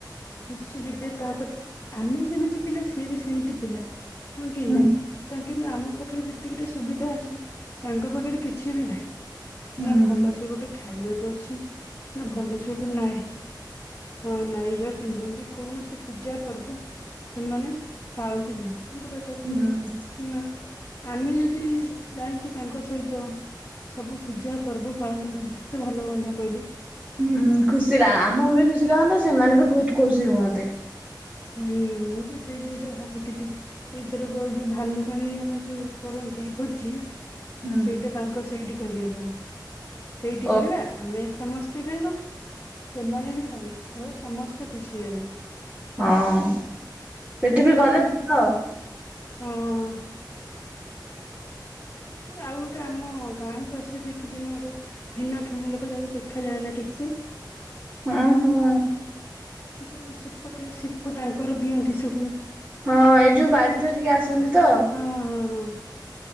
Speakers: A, on the left; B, on the right.
A: ଖୁସି ହେବେ ତାପରେ ଆମେ ଯେମିତି ପିଲା ସିଏ ବି ସେମିତି ପିଲା। ହଁ କି
B: ହୁଁ
A: ନାଁ ତା କିନ୍ତୁ ଆମ ପାଖରେ ଯେତିକିଟା ସୁବିଧା ଅଛି। ତାଙ୍କ ପାଖରେ କିଛି ବି ନାହିଁ।
B: ହୁଁ
A: ନା ଭଲ ସେ ଗୋଟେ ଖାଇବାକୁ ଅଛି ନା ଭଲ ସେ ଗୋଟେ ନାଏ ହଁ ନାଇବା ପିନ୍ଧିବା କି କୌଣସି ପୂଜା ପର୍ବ ସେମାନେ ପାଳନ୍ତି ନାହିଁ। ତାଙ୍କ ପାଖରେ
B: ହୁଁ
A: ତ ନା ଆମେ ଯଦି ଯାଇକି ତାଙ୍କ ସହିତ ସବୁ ପୂଜା ପର୍ବ ପାଳନ କରନ୍ତେ କେତେ ଭଲ ହୁଅନ୍ତା କଇଲୁ?
B: ହୁଁ ଖୁସି ଲା ଆମ <unintelligible> ମିଶିଲେ ହଅନ୍ତା ସେମାନେ ବି ବହୁତ ଖୁସି ହୁଅନ୍ତେ।
A: ହୁଁ ମୁଁ ବି ସେଇ ଜିନିଷ ଭାବୁଥିଲି ଏଇଥରକ ଯୋଉ ଭାଲୁକାଣି ଆମେ ଯୋଉ କର କରନ୍ତି ଭୋଜି
B: ହୁଁ
A: ସେଇଟା ତାଙ୍କ ସେଇଟି କରିବା ପାଇଁ। ସେଇଟି
B: ଓ
A: କରିବା ଆମେ ସମସ୍ତେ ଖାଇବା। ସେମାନେ ବି ଖାଇ <unintelligible> ସମସ୍ତେ ଖୁସି ହେବେ।
B: ହଁ ସେଠି ବି
A: ଆଉ
B: ଗଲେ
A: ଯେ
B: ଭଲ।
A: ହଁ। ଆଉ ଗୋଟେ ଆମ ଗାଁ କୁ ଆସେ ଦେଖିଚୁ ନା ଗୋଟେ ଭିନ୍ନକ୍ଷମ ଲୋକ ଯାହାକୁ ଦେଖାଯାଏ ନା ଠିକ ସେ। <unintelligible>
B: ହଁ ହଁ।
A: ଯଉ ସେପଟେ ସିପୁ ତାଙ୍କର ଦିଅନ୍ତି ସବୁ।
B: ହଁ ଏଇ ଯୋଉ ବାଡି ଧରିକି ଆସନ୍ତି ତ?
A: ହଁ ହଁ